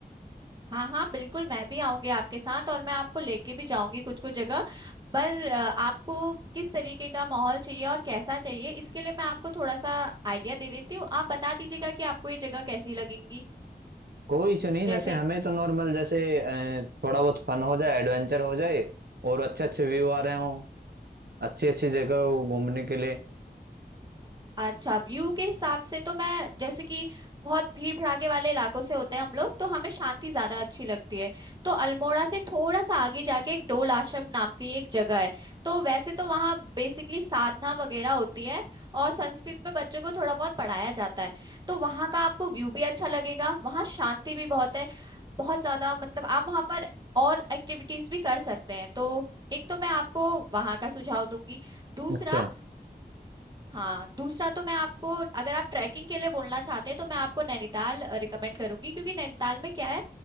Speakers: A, on the right; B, on the right.
A: हाँ हाँ बिल्कुल मैं भी आऊंगी आपके साथ और मैं आपको लेके भी जाऊंगी कुछ कुछ जगह पर अ, आपको किस तरीके का माहौल चाहिए और कैसा चाहिए इसके लिए मैं आपको थोड़ा सा आइडिया दे देती हूँ आप बता दीजिएगा कि आपको ये जगह कैसी लगेंगी
B: कोई इशू नहीं
A: जैसे
B: जैसे हमें तो नॉर्मल जैसे अ, थोड़ा बहुत फन हो जाए एडवेंचर हो जाए और अच्छे अच्छे व्यू आ रहे हों अच्छी अच्छी जगह हो घूमने के लिए
A: अच्छा व्यू के हिसाब से तो मैं जैसे कि बहुत भीड़ भड़ाके वाले इलाकों से होते हैं हम लोग तो हमें शांति ज्यादा अच्छी लगती है तो अल्मोड़ा से थोड़ा सा आगे जाके एक डोल आश्रम नाम की एक जगह है तो वैसे तो वहाँ बेसिकली साधना वगैरह होती है और संस्कृत में बच्चों को थोड़ा बहुत पढ़ाया जाता है तो वहाँ का आपको व्यू भी अच्छा लगेगा वहाँ शांति भी बहुत है बहुत ज्यादा मतलब आप वहाँ पर और एक्टिविटीज भी कर सकते हैं तो एक तो मैं आपको वहाँ का सुझाव दूंगी दूसरा
B: अच्छा
A: हाँ दूसरा तो मैं आपको अगर आप ट्रैकिंग के लिए बोलना चाहते हैं तो मैं आपको नैनीताल रिकमेंड करूंगी क्योंकि नैनीताल में क्या है